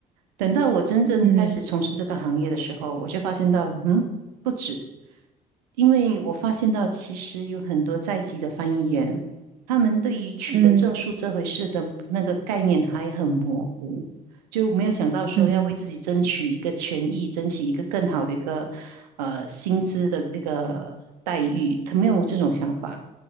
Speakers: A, on the right; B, on the right.
A: 等到我真正开始从事这个行业的时候，
B: 嗯
A: 我就发现到，嗯，不止，因为我发现到其实有很多在籍的翻译员，他们对于取得证书这回事的那个概念还很模糊。
B: 嗯
A: 就没有想到说要为自己争取一个权益，
B: 嗯
A: 争取一个更好的一个呃薪资的一个待遇，他没有这种想法。